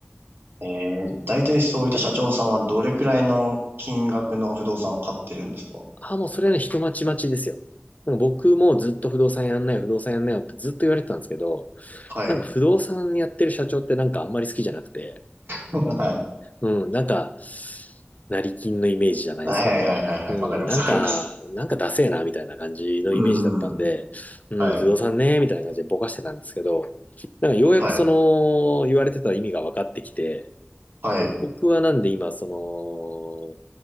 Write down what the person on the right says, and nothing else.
うん。えー、大体そういった社長さんはどれくらいの金額の不動産を買ってるんですか
はい。
はい。
<laughs> はい、はい、はい、はいはいはいはいはいわかります、
わかります。
うーん。
はい。
はい。はい。